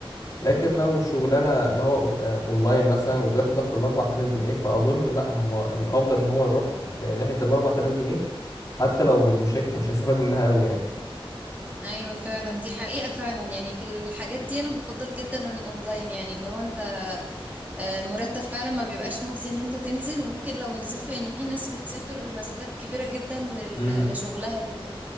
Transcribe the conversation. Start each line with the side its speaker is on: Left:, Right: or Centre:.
Left: لكن
Right: ايوه
Left: لو شغلانة اللي هو أوف- آه، اونلاين مثلا وبياخد نفس ال 4000 جنيه فاظن لا هو الافضل ان هو يروح آه، ناحية ال 4000 جنيه حتى لو مش هيك- مش هيستفاد منها قوي يعني
Right: ايوه فعلا دي حقيقة فعلا يعني في الحاجات دي انا بفضل جدا الاونلاين يعني اللي هو انت آه، المرتب فعلا ما بيبقاش مجزي ان انت تنزل وممكن لو نزلت يعني في ناس بتسافر مسافات كبيرة جدا لل-
Left: امم
Right: لشغلها وكده